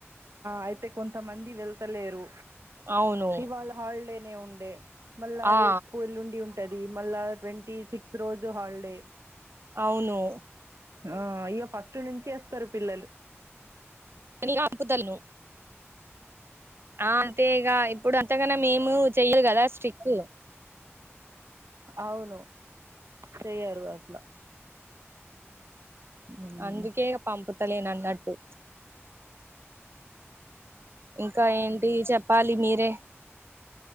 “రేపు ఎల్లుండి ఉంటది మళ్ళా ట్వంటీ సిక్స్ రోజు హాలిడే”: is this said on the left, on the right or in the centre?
Right